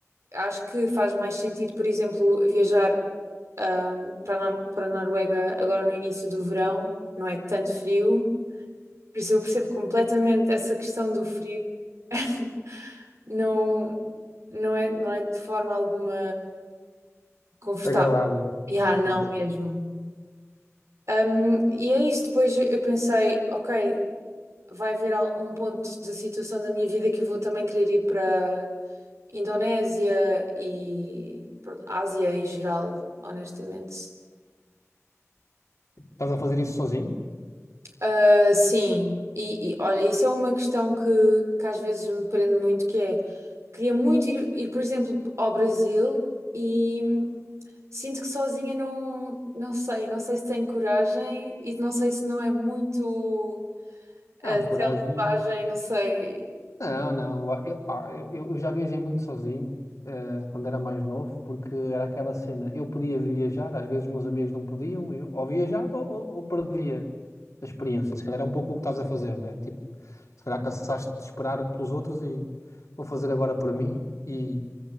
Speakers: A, on the right (about 65°); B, on the left (about 80°).
A: acho que faz mais sentido, por exemplo, viajar ahm, para a Na- para a Noruega agora no início do verão, não é tanto frio. Por isso eu percebo completamente essa questão do frio. <laughs> Não, não é, não é de forma alguma confortável.
B: Agradável.
A: Yeah, não
B: Sim.
A: mesmo. Um, e é isso. Depois eu pensei, ok, vai haver al- um ponto de situação da minha vida que eu vou também querer ir para Indonésia e pronto, Ásia em geral, honestamente.
B: Estás a fazer isso sozinho?
A: Ah, sim, e, e, olha, isso é uma questão que, que às vezes me prende muito, que é, queria muito ir, ir, por exemplo, ao Brasil e sinto que sozinha não, não sei, não sei se tenho coragem e não sei se não é muito.
B: Não,
A: Uh,
B: coragem.
A: selvagem, não sei.
B: Não, não. Eu, pá, eu, eu já viajei muito sozinho, eh, quando era mais novo, porque era aquela cena. Eu podia viajar, às vezes meus amigos não podiam, eu ou viajava ou, ou- ou perdia a experiência. Se calhar é um pouco o que estás a fazer, né? Tipo, se calhar cansaste de esperar pelos outros e vou fazer agora para mim e,